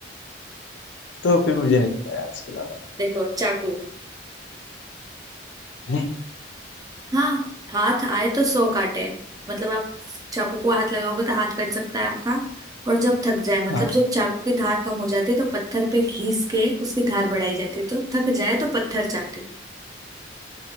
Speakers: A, on the left; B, on the right.
A: तो फिर मुझे नहीं पता यार इसके अलावा
B: देखो चाकू
A: हैं?
B: हाँ हाथ आए तो सौ काटे मतलब आप चाकू को हाथ लगाओगे तो हाथ कट सकता है आपका और जब थक जाए मतलब
A: हाँ
B: जब चाकू की धार कम हो जाती है तो पत्थर पे घिस के उसकी धार बढ़ाई जाती है तो थक जाए तो पत्थर चाटे